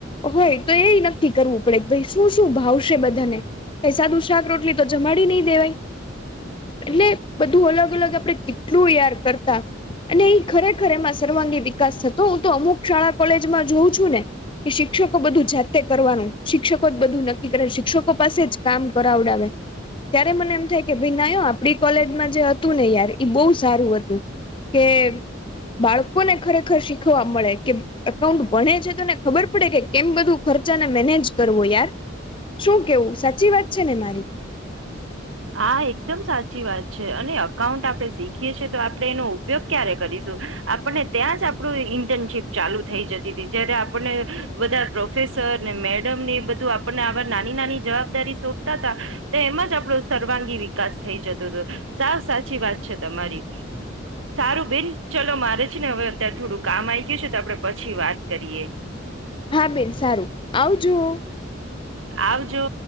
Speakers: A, on the left; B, on the right.
A: હોય, તો એય નક્કી કરવું પડે, ભઈ શું શું ભાવશે બધાને? સાદુ શાક રોટલી તો જમાડી ની દેવાય! એટલે બધું અલગ અલગ આપડ કેટલું યાર કરતા અને એ ખરેખરમાં સર વિકાસ થતો હું તો અમુક શાળા કોલેજમાં જોઉં છું ને કે શિક્ષકો બધું જાતે કરવાનું શિક્ષકો જ બધું નક્કી કરે શિક્ષકો પાસે જ કામ કરાવડાવે ત્યારે મને એમ થાય કે ભાઈ નાયો આપડી કોલેજમાં જે હતું ને યાર બહુ સારું હતું કે બાળકોને ખરેખર શીખવા મળે કે, એકાઉન્ટ ભણે છે. તોને ખબર પડે કે કેમ બધું ખર્ચા મેનેજ કરવો યાર શું કેવું સાચી વાત છે ને મારી
B: હા એકદમ સાચી વાત છે અને અકાઉન્ટ આપડણે શીખીએ છેીએ તો આપડણે એનો ઉપયોગ ક્યારે કરીશ આપને ત્યાં જ આપડું ઇન્ટર્નશીપ ચાલુ થઈ જતી હતી જયારે આપને બધા પ્રોફેસર ને મેડમ ને એ બધું આપણને આ નાની નાની જવાબદારી સોંપતા ત તો એમાં જ આપડો સર્વાંગી વિકાસ થઈ જતો હતો. સાવ સાચી વાત છે તમારી. સારું બેન ચલો મારે છે ને હવે અત્યારે થોડું કામ આ ગયું છે તો આપડે પછી વાત કરીએ
A: હા બેન સારું આવજુઓ
B: આવજો